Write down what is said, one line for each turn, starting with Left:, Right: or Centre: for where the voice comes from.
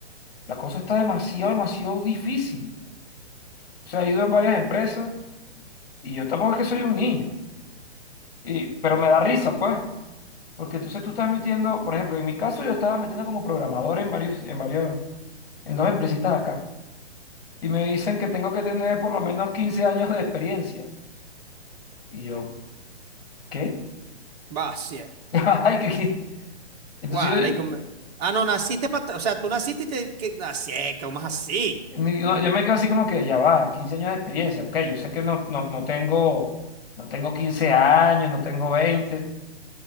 Left: La cosa está demasiado, demasiado difícil. O sea, he ido en varias empresas y yo tampoco es que soy un niño, y, pero me da risa, pues, porque entonces tú estás metiendo, por ejemplo, en mi caso yo estaba metiendo como programador en varios, en varios, en dos empresitas de acá y me dicen que tengo que tener por lo menos 15 años de experiencia. Y yo, ¿qué?
Right: Va, sí. eh.
Left: <laughs> Ay, ¿qué, qué? Entonces,
Right: Guaray, come- Ah, no, naciste para... O sea, tú naciste y te... Que... Así, como es así.
Left: Ni- Yo, yo me quedo así como que ya va, 15 años de experiencia. Ok, yo sé que no, no, no tengo, no tengo 15 años, no tengo 20